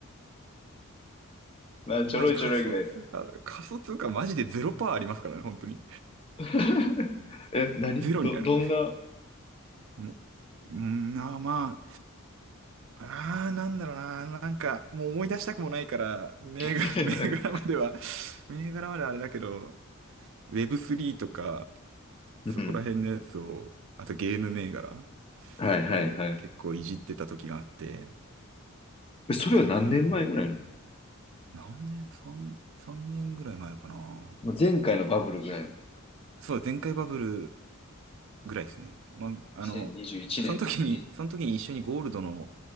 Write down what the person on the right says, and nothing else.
もうマジ仮想通貨、
仮想通貨マジでゼロパーありますからね、本当に。
ゼロになる。
もう、うん、まあーまあ、ああ、なんだろうな、なんか、もう思い出したくもないから、銘柄、
<laughs> 銘柄までは、銘柄まではあれだけど、Web3 とか、
そこら辺のやつを、あとゲーム銘柄
を結構いじってた時があって、
ねえ、何年、3、3年ぐらい前かな。
そう、前回バブルぐらいですね。まあ、
あの、その時に、その時に一緒にゴールドの